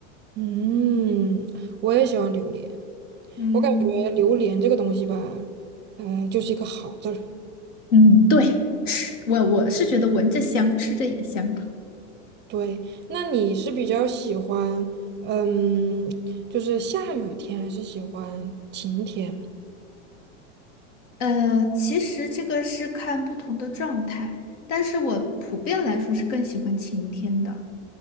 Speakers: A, on the right; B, on the left.
A: 嗯，我也喜欢榴莲。
B: 嗯，
A: 我感觉榴莲这个东西吧，呃，就是一个好字儿。
B: 嗯，对，吃我我是觉得闻着香，吃着也香。
A: 对，那你是比较喜欢，嗯，就是下雨天，还是喜欢晴天？
B: 呃，其实这个是看不同的状态，但是我普遍来说是更喜欢晴天的。